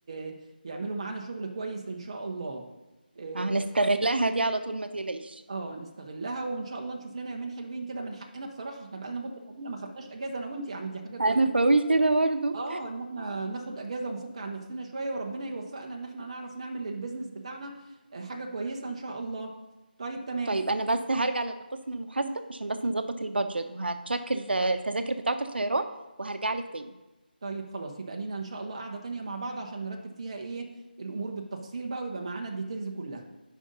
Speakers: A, on the right; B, on the right.
A: ي... يعملوا معانا شغل كويس ان شاء الله اه
B: هنستغلها دي على طول ما تقلقيش
A: آه، نستغلها وان شاء الله نشوف لنا يومين حلوين كده من حقنا بصراحه احنا بقى لنا مده طويله ما خدناش اجازه انا وانت يعني دي حاجه كويسه
B: انا بقول كده برضو
A: اه ان احنا ناخد اجازه ونفك عن نفسنا شويه وربنا يوفقنا ان احنا نعرف نعمل للبيزنس بتاعنا آه، حاجه كويسه ان شاء الله طيب تمام
B: طيب انا بس هرجع لقسم المحاسبه عشان بس نظبط البادجت وهتشكل التذاكر بتاعه الطيران وهرجع لك تاني
A: طيب خلاص يبقى لينا ان شاء الله قعدة تانية مع بعض عشان نرتب فيها ايه الامور بالتفصيل بقى ويبقى معانا الديتيلز كلها